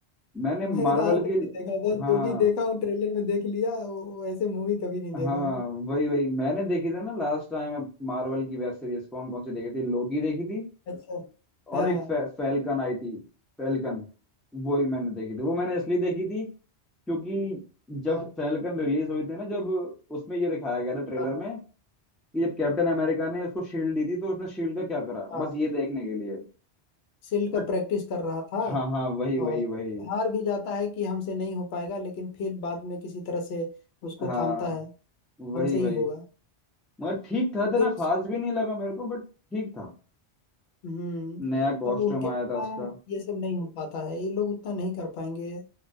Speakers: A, in the centre; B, on the left.
A: मैंने
B: मैंने
A: मार्वल
B: तो आज तक
A: की
B: नहीं देखा बस
A: हाँ
B: जो भी देखा हूँ ट्रेलर में देख लिया वो वो ऐसे मूवी कभी नहीं देखा
A: हाँ
B: हूँ
A: वही वही मैंने देखी थी ना लास्ट टाइम मार्वल की वेब सीरीज कौन कौन सी देखी थी लोकी देखी थी
B: अच्छा
A: और
B: हाँ
A: एक
B: हाँ
A: फे, फैल्कन आई थी फैल्कन वो भी मैंने देखी थी वो मैंने इसलिए देखी थी क्योंकि जब
B: हाँ
A: फैल्कन रिलीज हुई थी ना जब उसमें ये दिखाया गया था ट्रेलर
B: हाँ हाँ
A: में कि जब कैप्टन अमेरिका ने उसको शील्ड दी थी तो उसने शील्ड का क्या करा
B: हाँ।
A: बस ये देखने के लिए
B: शील्ड
A: बट
B: का प्रैक्टिस कर रहा था
A: हाँ हाँ वही वही
B: और
A: वही
B: हार भी जाता है कि हमसे नहीं हो पाएगा लेकिन फिर बाद में किसी तरह से उसको
A: हाँ
B: थामता है
A: वही
B: हमसे
A: वही
B: ही होगा
A: मगर ठीक था इतना
B: फिर
A: खास भी नहीं लगा मेरे को बट ठीक था
B: हम्म
A: नया कॉस्ट्यूम
B: अब उनके
A: आया
B: बिना
A: था उसका
B: ये सब नहीं हो पाता है ये लोग उतना नहीं कर पाएंगे